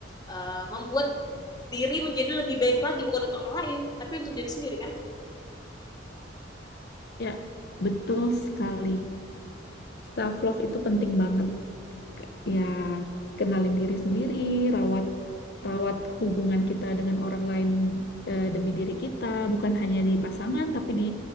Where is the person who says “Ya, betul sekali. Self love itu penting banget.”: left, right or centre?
Left